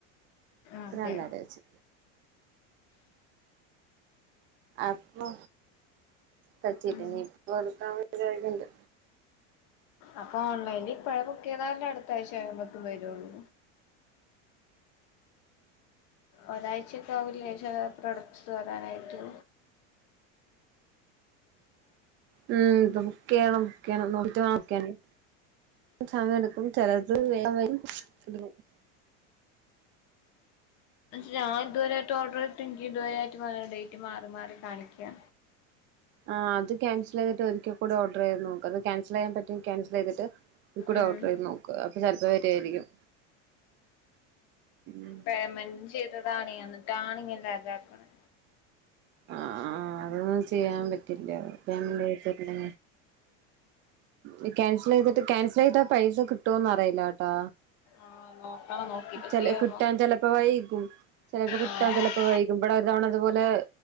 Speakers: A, on the left; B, on the right.
A: അതെ
B: പിന്നെ എന്താടി വെച്ച് അപ്പൊ പറ്റില്ല
A: ഉം
B: ഇനീപ്പ എടുക്കാൻ വേണ്ടി കഴണ്ട്
A: അപ്പൊ ഓൺലൈനിൽ ഇപ്പഴ ബുക്ക് ചെയ്താലേ അടുത്ത ആഴ്ച ആമ്പോക്കും വരു ഉള്ളു ഒരാഴ്ചക്കെ ആവില്ലേ ച പ്രൊഡക്ട്സ് വരാനായിട്ടു
B: ഉം ഇത് ബുക്ക്യ്യണം ബുക്ക്യ്യണം നോക്കിട്ട് ബുക്കിയല്ലെ സമയടുക്കും ചെലത് വേഗം വരും <unintelligible>
A: ഞൻ ഇതുവരെയായിട്ട് ഓർഡർ ചെയ്ത്ട്ട് എനിക്ക് ഇതുവരെയായിട്ട് വരാ ഡേറ്റ് മാറി മാറി കാണിക്ക്യ
B: ആഹ് അത് ക്യാസൽ ചെയ്തിട്ട് ഒരിക്കൽ കൂടി ഓഡർ ചെയ്ത് നോക്ക അത് ക്യാൻസൽ ചെയ്യൻ പറ്റു ക്യാസൽ ചെയ്തിട്ട് കൂടെ
A: ഉം
B: ഓർഡർ ചെയ്ത് നോക്ക അപ്പൊ ചിലപ്പോ വരു അരിക്കും ഉം
A: പേമെന്റ് ചെയ്തതാണെ അന്നിട്ടാണ് ഇങ്ങനെ ലാകാക്കണെ
B: ആഹ് ആഹ് അതൊന്നും ചെയ്യാൻ പറ്റില്ല പേമെന്റ് ചെയിത പിന്നെ ഉം ക്യാസൽ ചെയ്തിട്ട് ക്യാൻസൽ ചെയ്ത പൈസ കിട്ടുവോന്ന് അറിയില്ലാട്ടാ
A: ആഹ് നോക്കണം നോക്കിട്ട്
B: ചില
A: ചെയ്യാവോ
B: കിട്ടാൻ ചില ഇപ്പ വൈക്കും ചിലപ്പോ കിട്ടാ
A: ആഹ്
B: ചിലപ്പോ വൈകും ഇവിടെ ഒരു തവണ ഇതുപൊലെ